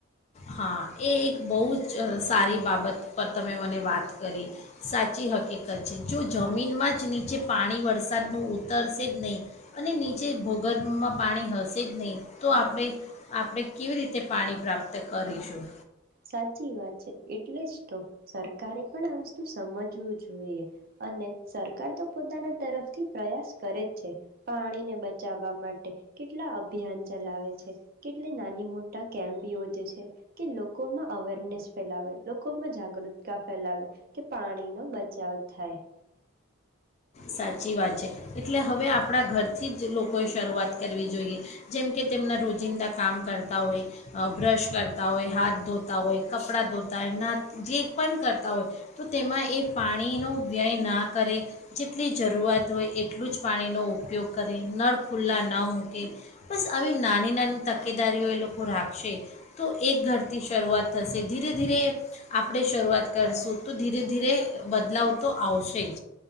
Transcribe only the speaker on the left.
હા, એ એક બહુ જ સારી બાબત પર તમે મને વાત કરી, સાચી હકીકત છે. જો જમીનમાં જ નીચે પાણી વરસાદનું ઉતરશે જ નહીં અને નીચે ભૂગર્ભમાં પાણી હશેજ નઈ, તો આપડે આપડે કેવી રીતે પાણી પ્રાપ્ત ત કરીશું.
સાચી વાત છે. એટલે હવે આપણા ઘરથી જ લોકોએ શરૂઆત કરવી જોઈએ, જેમકે તેમના રોજિંદા કામ કરતા હોય, બ્રશ કરતા હોય, હાથ ધોતા હોય, કપડાં ધોતા હોય, ના જે પણ કરતા હોય તો તેમાં એ પાણીનો વ્યય ના કરે જેટલી જરૂરિયાત હોય એટલુંજ પાણીનો ઉપયોગ કરે, નળ ખુલ્લા ન મૂકે બસ આવી નાની નાની તકેદારીઓ એ લોકો રાખશે, તો એક ઘરથી શરૂઆત થશે, ધીરે ધીરે આપડે શરૂઆત કરશું તો ધીરે ધીરે બદલાવ તો આવશેજ